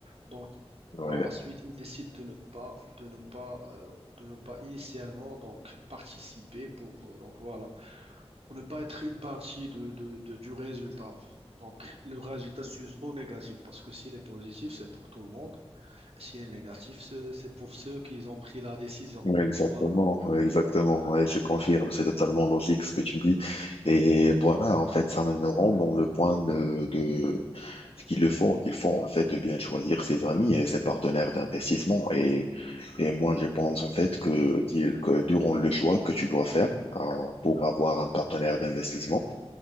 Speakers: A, on the right; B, on the left.
A: Donc,
B: Ouais,
A: par la suite, il décide de ne pas, de ne pas, euh, de ne pas initialement donc participer pour euh, donc voilà, pour ne pas être une partie de, de- de- du résultat. Donc, le résultat c'est soit négatif parce que s'il est positif, c'est pour tout le monde. S'il est négatif, c'est c'est pour ceux qui ont pris la décision.
B: ouais, exactement,
A: Donc voilà.
B: ouais, exactement. Ouais, je confirme, c'est totalement logique ce que tu dis. Et voilà, en fait, ça me rend dans le point de, de ce qu'il le faut, qu'il faut en fait de bien choisir ses amis et ses partenaires d'investissement. Et Et moi, je pense en fait que, qu'il- que durant le choix que tu dois faire hein, pour avoir un partenaire d'investissement,